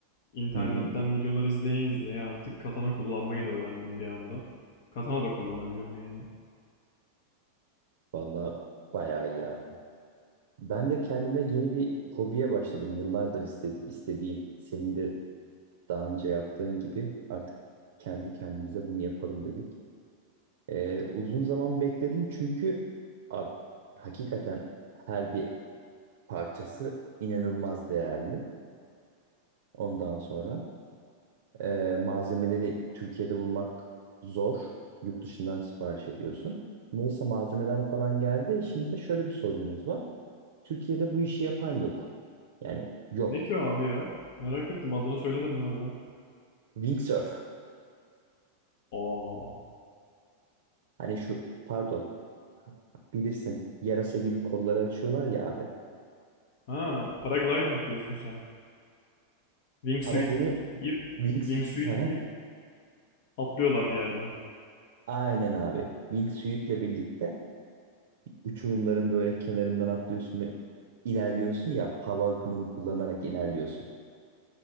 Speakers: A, on the left; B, on the right.
A: İnternetten
B: Hı hı.
A: videolar izleye izleye artık katana kullanmayı da öğrendim bir anda. Katana da kullanabiliyorum yani.
B: Vallahi bayağı iyi abi. Ben de kendime yeni bir hobiye başladım. Yıllardır istedi istediğim. Senin de daha önce yaptığın gibi artık kendi kendimize bunu yapalım dedik. Ee, uzun zaman bekledim çünkü abi, hakikaten her bir parçası inanılmaz değerli. Ondan sonra e, malzemeleri Türkiye'de bulmak zor. Yurt dışından sipariş ediyorsun. Neyse malzemeler falan geldi. Şimdi de şöyle bir sorunumuz var. Türkiye'de bu işi yapan yok. Yani yok.
A: Ne ki o abi ya? Merak ettim adını söylemedin hala.
B: Wingsurf.
A: Aa.
B: Hani şu pardon bilirsin yarasa gibi kolları açıyorlar ya abi.
A: Ha, paragliding diyorsun sen. Wingsuit
B: Ama bunu
A: giyip,
B: Wings
A: wingsuit
B: ha,
A: giyip atlıyorlar bir yerden.
B: aynen abi. Wingsuit'le birlikte uçurumların böyle kenarından atlıyorsun ve ilerliyorsun ya hava akımını kullanarak ilerliyorsun.